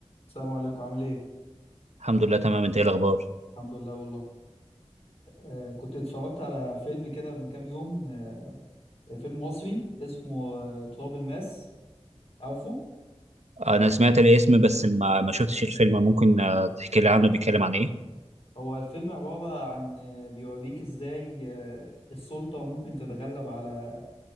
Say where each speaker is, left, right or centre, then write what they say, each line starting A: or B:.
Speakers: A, on the left (about 65°); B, on the right (about 85°).
A: السلام عليكم عامل ايه؟
B: الحمد لله تمام انت ايه الاخبار
A: الحمد لله والله آه كنت اتفرجت على فيلم كده من كام يوم آه فيلم مصري اسمه آه تراب الماس عارفه؟
B: انا سمعت الاسم بس ما ما شفتش الفيلم ممكن آه، تحكي لي عنه بيتكلم عن ايه
A: هو الفيلم عبارة عن آه بيوريك ازاي آه السلطة ممكن تتغلب على